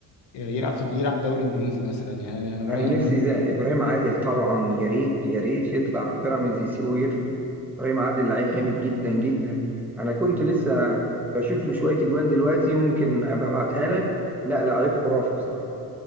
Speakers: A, on the left; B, in the centre.
A: يلعب في يلعب دوري انجليزي مثلا يعني انا أنا رايي
B: انا نفسي
A: مين
B: زي ابراهيم عادل طبعا يا ريت يا ريت يطلع بيراميدز يسيبه يطلع ابراهيم عادل لعيب جامد
A: اه
B: جدا جدا انا كنت لسه بشوف له شويه اجوان دلوقتي ممكن ابقى ابعتها لك لا لعيب خرافه بصراحه